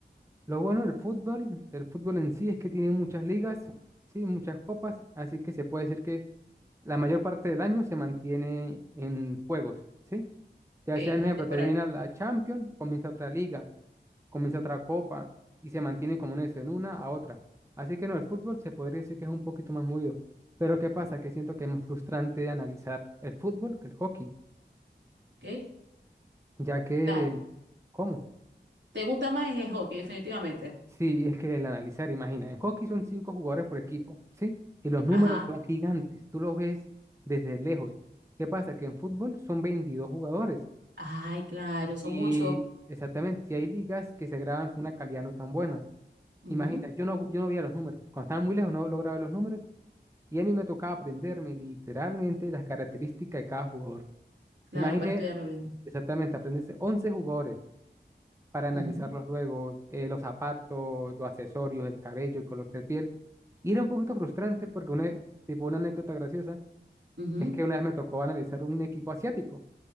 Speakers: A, on the right (about 15°); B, on the right (about 75°).
A: Lo bueno del fútbol, del fútbol en sí, es que tiene muchas ligas, sí, muchas copas, así que se puede decir que la mayor parte del año se mantiene en juegos, ¿sí? Ya
B: Ok, en
A: sea, por
B: la
A: ejemplo,
B: temporal.
A: termina la Champions, comienza otra liga, comienza otra copa y se mantiene como en eso, en una a otra. Así que no, el fútbol se podría decir que es un poquito más movido. Pero ¿qué pasa? Que siento que es más frustrante de analizar el fútbol que el hockey,
B: Ok.
A: ya que,
B: Claro.
A: ¿cómo?
B: ¿Te gusta más el hockey, definitivamente?
A: Sí, es que el analizar, imagina, en hockey son cinco jugadores por equipo, ¿sí? Y los números
B: Ajá.
A: son gigantes, tú los ves desde lejos. ¿Qué pasa? Que en fútbol son 22 jugadores
B: Ay, claro, son
A: y
B: muchos.
A: exactamente, si hay ligas que se graban con una calidad no tan buena.
B: Ujú,
A: Imagina, yo no, yo no veía los números. Cuando estaban muy lejos no lograba ver los números y a mí me tocaba aprenderme literalmente las características de cada jugador.
B: Claro,
A: Imagine
B: para estudiarlo bien.
A: exactamente aprenderse 11 jugadores para analizarlos
B: Ujú,
A: luego, eh, los zapatos, los accesorios, el cabello, el color de piel. Y era un poquito frustrante porque una, tipo, una anécdota graciosa
B: ujú,
A: es que una vez me tocó analizar un equipo asiático.